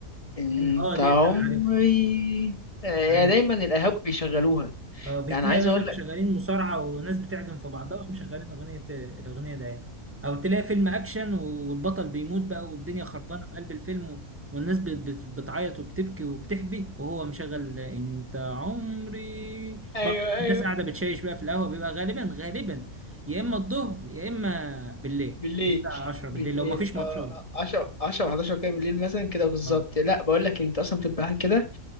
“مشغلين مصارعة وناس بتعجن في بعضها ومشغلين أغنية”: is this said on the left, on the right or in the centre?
Right